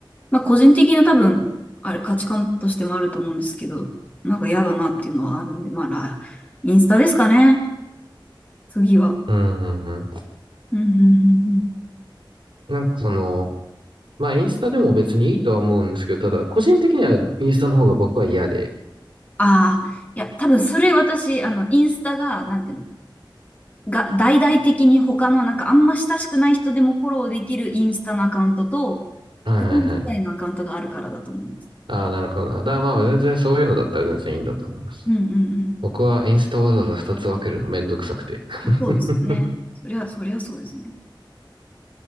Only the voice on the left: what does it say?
まあ個人的な多分、あれ価値観としてもあると思うんですけど、なんか嫌だなっていうのはあるんで、まあ、ラインスタですかね。次は。
うんうんうんうん。
ああ、いや、多分それ私、あの、インスタが、なんていうの、が、大々的に他のなんかあんま親しくない人でもフォローできるインスタのアカウントと、
フレンズ界のアカウントがあるからだと思います。
うんうん
うん。そうですね。そりゃ、そりゃそうですね。